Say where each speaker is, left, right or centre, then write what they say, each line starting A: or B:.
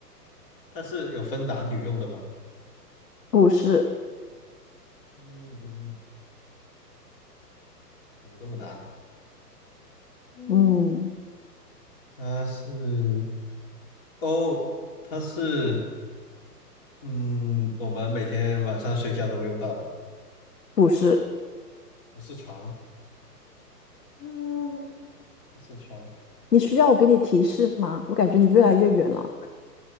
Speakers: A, on the left (about 35°); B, on the left (about 75°).
A: 它是有分男女用的吗？
B: 不是，
A: 嗯，怎么这么难？嗯，
B: 嗯，
A: 它是哦，它是嗯，我们每天晚上睡觉都用到的嘛，
B: 不是。
A: 不是床，嗯，不是床。
B: 你需要我给你提示吗？我感觉你越来越远了。